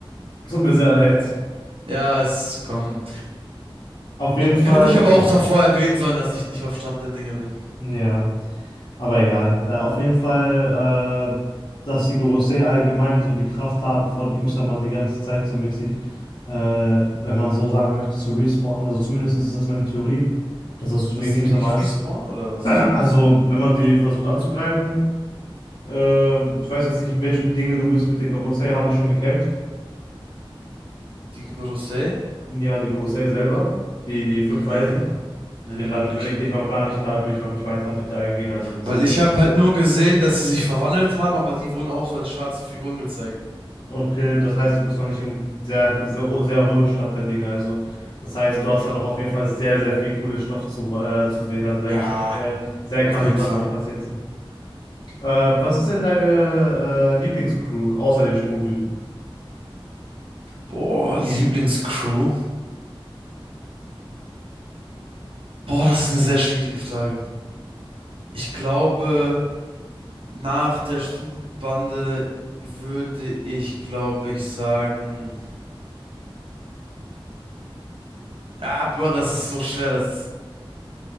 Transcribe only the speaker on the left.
Tut mir sehr leid.
Auf jeden Fall,
äh, ja. Aber egal. Äh, auf jeden Fall, äh, dass die Gorosei allgemein so die Kraft haben, von Imsama die ganze Zeit so mäßig, äh, wenn man so sagen möchte, zu respawnen. Also zumindest ist das meine Theorie, dass das
wegen
Imsama
ist.
<clears throat> Also, wenn man die versucht anzugreifen, äh, ich weiß jetzt nicht, in welchem Dinge du bist mit den Gorosei, haben die schon gekämpft?
Ja, die Gorosei selber, die, die fünf
Weisen.
Ja,
dann
will ich dich auch gar nicht, da will ich auch nicht weiter mit eingehen. Also, das
ist.
Okay, das heißt, du bist noch nicht im sehr, sehr, ho- sehr hohen Stand der Dinge. Also, das heißt,
du hast da noch auf jeden Fall sehr, sehr viel cooles Stoff zu, äh, zu sehen. Also, da
gibt es noch sehr, sehr
krasse
Sachen,
die passiert sind. Äh, was ist denn deine äh, Lieblingscrew außer den Strohhüten?